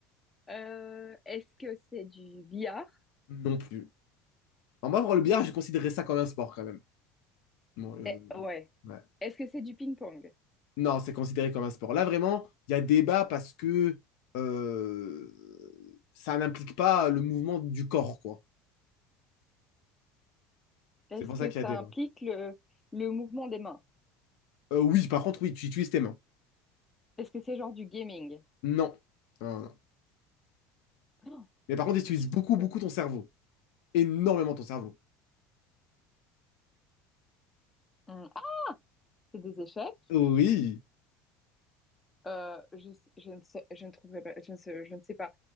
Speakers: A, on the left; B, on the left.
A: Euh, Est-ce que c'est du billard?
B: Non plus. En moi, pour le billard, je considérais ça comme un sport quand même. Bon, euh,
A: Eh, ouais.
B: ouais.
A: Est-ce que c'est du ping-pong?
B: Non, c'est considéré comme un sport. Là, vraiment, il y a débat parce que euh, ça n'implique pas le mouvement du corps, quoi.
A: Est-ce
B: C'est pour
A: que
B: ça qu'il
A: ça
B: y a débat.
A: implique le, le mouvement des mains?
B: Euh, oui, par contre, oui, tu utilises tes mains.
A: Est-ce que c'est genre du gaming?
B: Non. Non, non.
A: Oh,
B: Mais par contre, tu utilises
A: mais qu'est-ce
B: beaucoup,
A: que c'est?
B: beaucoup ton cerveau. énormément ton cerveau.
A: Hum, Ah, c'est des échecs?
B: Oui.
A: Euh, je, je ne sais, je ne trouverai pas, je ne sais, je ne sais pas.